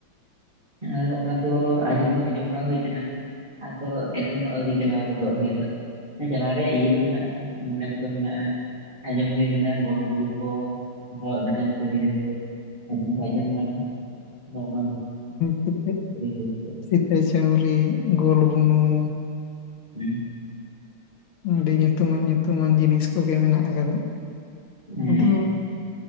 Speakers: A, on the right (about 25°); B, on the left (about 80°).
A: ᱟᱨ ᱚᱱᱟ ᱫᱚ ᱟᱸᱡᱚᱢ ᱫᱚ ᱟᱸᱡᱚᱢ ᱵᱟᱲᱟ ᱦᱩᱭ ᱟᱠᱟᱱᱟ ᱟᱫᱚ ᱮᱠᱷᱚᱱᱳ ᱟᱣᱨᱤ ᱪᱟᱞᱟᱣ ᱜᱚᱫᱚᱜ ᱦᱩᱭᱩᱜᱼᱟ᱾ ᱦᱮᱸ ᱪᱟᱞᱟᱣ ᱨᱮᱭᱟᱜ ᱤᱭᱟᱹ ᱫᱚ ᱢᱮᱱᱟᱜᱼᱟ ᱢᱚᱱᱮ ᱠᱚᱫᱚ ᱢᱮᱱᱟᱜᱼᱟ ᱟᱸᱡᱚᱢ ᱦᱩᱭ ᱟᱠᱟᱱᱟ ᱜᱳᱞ ᱵᱩᱨᱩ ᱠᱚ ᱟᱨᱚᱸ ᱟᱹᱰᱤᱜᱟᱱ ᱠᱟᱹᱦᱱᱤ ᱠᱚ ᱟᱡᱚᱢ ᱫᱚ ᱟᱡᱚᱢ ᱠᱟᱱᱟ ᱚ ᱚᱱᱟ
B: ᱥᱤᱛ
A: ᱟᱹᱣᱨᱤ ᱦᱩᱭ ᱠᱚᱜᱼᱟ
B: ᱥᱤᱛ ᱥᱩᱛᱟᱹᱢ ᱪᱟᱹᱣᱨᱤ ᱜᱳᱞ ᱵᱩᱱᱩᱢ
A: ᱦᱮᱸ
B: ᱟᱹᱰᱤ ᱧᱩᱛᱩᱢᱟᱱ ᱧᱩᱛᱩᱢᱟᱱ ᱡᱤᱱᱤᱥ ᱠᱚᱜᱮ ᱢᱮᱱᱟᱜ ᱟᱠᱟᱫᱟ᱾
A: ᱦᱮ
B: ᱟᱫᱚ